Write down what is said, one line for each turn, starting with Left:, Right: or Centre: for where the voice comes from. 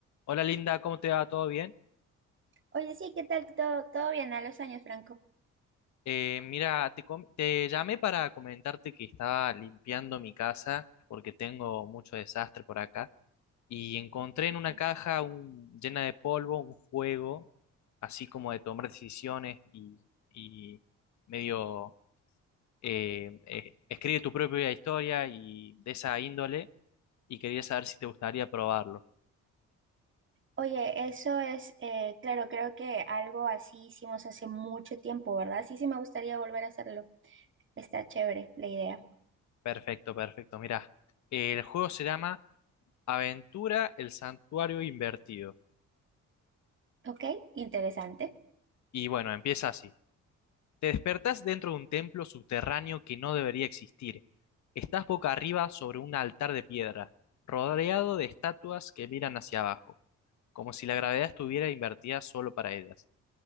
Left: Hola Linda, ¿cómo te va? ¿Todo bien?
Right: Oye, sí, ¿qué tal? Todo, todo bien a los años, Franco.
Left: Eh, mira, te, com- te llamé para comentarte que estaba limpiando mi casa porque tengo mucho desastre por acá y encontré en
Right: Ujú.
Left: una caja un- llena de polvo un juego así como de tomar decisiones y, y medio eh, eh, escribe tu propia historia y de esa índole y quería saber si te gustaría probarlo.
Right: Oye, eso es, eh, claro, creo que algo así hicimos hace mucho tiempo, ¿verdad? Sí, sí, me gustaría volver a hacerlo. Está chévere la idea.
Left: Perfecto, perfecto. Mira, el juego se llama Aventura, el santuario invertido.
Right: Ok, interesante.
Left: Y bueno, empieza así. Te despertás dentro de un templo subterráneo que no debería existir. Estás boca arriba sobre un altar de piedra, rodeado de estatuas que miran hacia abajo, como si la gravedad estuviera invertida solo para ellas.